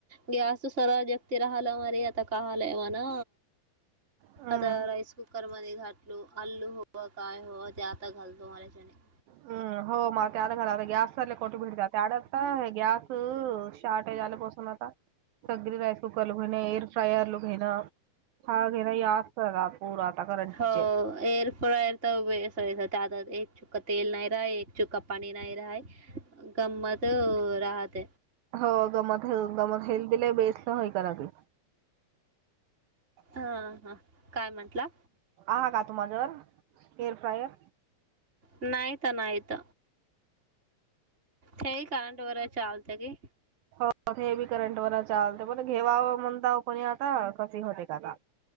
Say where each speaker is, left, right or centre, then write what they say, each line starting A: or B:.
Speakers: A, on the right (about 20°); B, on the right (about 80°).
A: गे असं सरळ व्यक्ती राहालं मरे आता काहालायव ना
B: हम्म
A: आता राईस कुकर मध्ये घाटलू आल्लू होव काय हो ते आता घालतो मऱ्याच्याने
B: हम्म, हो मग ते आता घला गॅस चाले कोटे भिडते त्याड आता गॅस शॉर््टेज आलं बसून आता सग्री राईस कुकर ल म्हणे एअर फ्रायर ल घेण छहा घेण याज पूर आता करंटीचे
A: हो एअर फ्ररस तादत एक चुक्का तल नाही रा चुकापाणी नाही रा गम्मत राहत
B: हो गमत हे गमत हेल् बला बेस्ट नय कराग
A: हा हा काय म्हंटलं
B: आ का तुम्हा जर हेअर फ्रायर
A: नाहीत नाहीत ते कारणट वगैरे चालत की
B: कठे हे बी करंट वर चालते पण घेवा म्हणता कोणी आता कशी होते का